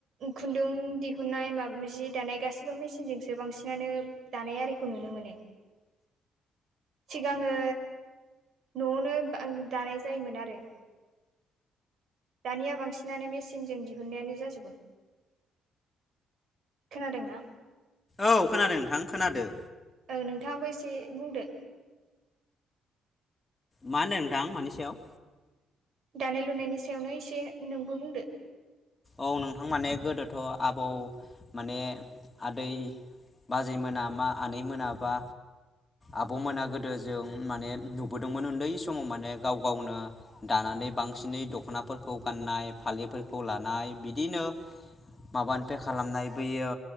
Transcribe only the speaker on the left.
औ खोनादों नोंथां खोनादों
मा होनो नोंथां मानि सायाव
औ नोंथां माने गोदोथ आबौ माने आदै बाजै मोना मा आनै मोनाबा आबमोना गोदो जों माने नुबोदोंमोन उन्दै समाव माने गाव गावनो दानानै बांसिनै दखनाफोरखौ गाननाय फालिफोरखौ लानाय बिदिनो माबानिफ्राय खालामनाय बेैयो